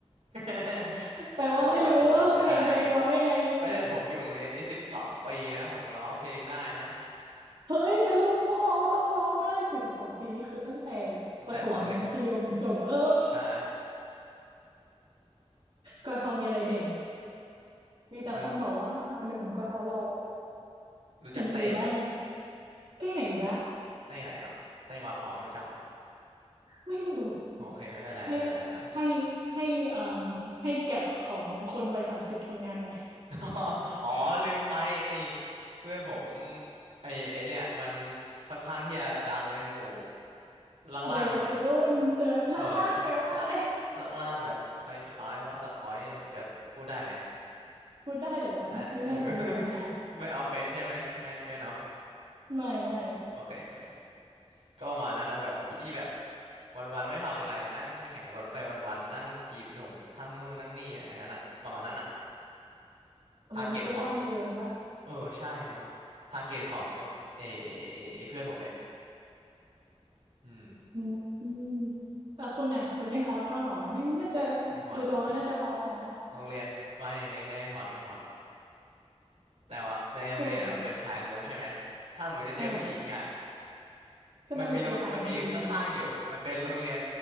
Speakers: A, on the right; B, on the right.
A: <laughs>
B: แปลว่าไม่รู้ว่าเพลงตัวเองร้องยังไง
A: จะร้องก็ร้องไม่ได้อะดิเว้ยแต่ผมอยู่โรงเรียนนี้สิบสองปีนะผมร้องเพลงได้นะ
B: เฮ้ยเป็นลูกหม่ก็ต้องร้องได้สี่สิบสองปีนี่คือตั้งแต่
A: ตั้งแต่ปหนึ่ง
B: ประถมยันมัธยมจบเออ
A: ใช่
B: กทมีอะไรเด่น มีแต่คนบอกว่าหนุ่มกทหล่อ
A: มันรู้จักเต้ไหม
B: จริงหรือไม่ที่ไหนอีกและ
A: เต้ไหนอ๋อเต้กอทอไม่รู้จักอ๋อ
B: ไม่รู้
A: โอเคไม่เป็นไรไม่เป็นไรไม่เป็นไร
B: ให้ให้ให้เอ่มให้แก็บของคนวัยสามสิบทำงานหน่อย
A: <laughs> อ๋อลืมไปไอ้เพื่อนผมไอ้ไอ้เนี่ยมันค่อนข้างที่จะดังในหมู่ล่างๆหน่อย
B: วัยรุ่นใช่ไหมล่างๆไปลว่าอะไร
A: เออใช่ล่างล่างๆแบบคล้ายๆว่าสกอยเนี่ยผมจะพูดได้ไหม
B: พูดได้เลยมั้งไม่น่าจะมีปัญหา
A: ได้แหละเออ <laughs> ไม่เอาเฟนใช่ไหมไม่ไม่เนาะ
B: ไม่ไม่
A: โอเคโอเคก็ประมาณนั้นอ่ะแบบพี่แบบวันๆไม่ทำอะไรนั่งแข่งรถไปวันๆนั่งจีบหนุ่มทั้งนู่นนั่งนี่อย่างนั้นอ่ะประมาณนั้นอ่ะ
B: เอออันนี้ก็ว่างเกินปะ
A: ทาร์เก็ตของเออใช่เนาะทาร์เก็ตของเอเอเอเอเพื่อนผมเนี่ยอืม
B: อืมอืมเออคุณน่ะคุณไม่ฮอตบ้างเหรอนี่น่าจะ
A: ไม่ฮอตหรอก
B: ดูทรงแล้วน่าจะฮอตนะ
A: โรงเรียนไม่ไม่ไม่ฮอตไม่ฮอตแต่ว่าในโรงเรียนอ่ะมันเป็นชายล้วนใช่ไหม
B: สวย
A: ถ้าเหมือนจะเจอผู้หญิงอ่ะ
B: เออก็ต้องไปเจอต่างโรงเรียน
A: มันมีโรงมันมีข้างๆอยู่มันเป็นโรงเรียน